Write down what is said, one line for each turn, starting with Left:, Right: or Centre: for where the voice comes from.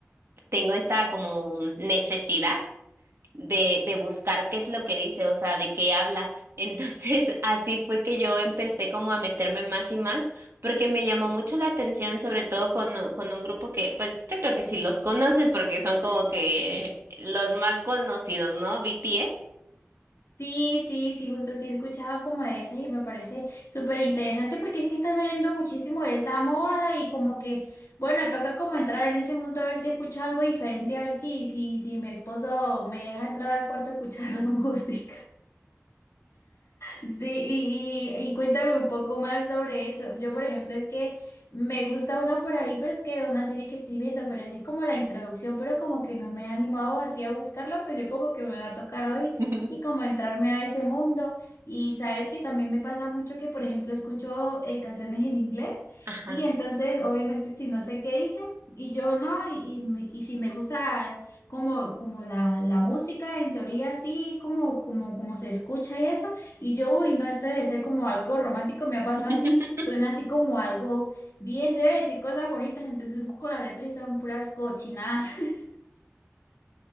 Right: tengo esta como necesidad de, de buscar qué es lo que dice, o sea, de qué habla. Entonces, <laughs> así fue que yo empecé como a meterme más y más, porque me llamó mucho la atención, sobre todo con, con un grupo que, pues, yo creo que sí los conoces, porque son como que los más conocidos, ¿no? BTS.
Left: Sí, sí, sí, justo sí he escuchado como de esas y me parece súper interesante porque es que está saliendo muchísimo de esa moda y como que, bueno, toca como entrar en ese mundo a ver si escucho algo diferente, a ver si, si, si mi esposo me deja entrar al cuarto a escuchar <laughs> la música. Sí, y, y- y cuéntame un poco más sobre eso. Yo, por ejemplo, es que me gusta uno por ahí, pero es que una serie que estoy viendo, pero es como la introducción, pero como que no me he animado así a buscarla, pues yo como que me va a tocar hoy
Right: <laughs>
Left: y como entrarme a ese mundo. Y sabes que también me pasa mucho que, por ejemplo, escucho eh, canciones en inglés
Right: Ajá.
Left: y entonces, obviamente, si no sé qué dice, y yo no, y, y me- y si me gusta como, como la, la música, en teoría, así como, como, como se escucha y eso. Y yo, uy, no, esto debe ser como algo romántico, me ha pasado
Right: <laughs>
Left: así, suena así como algo bien, debe decir cosas bonitas, entonces busco la letra y son puras cochinadas. <laughs>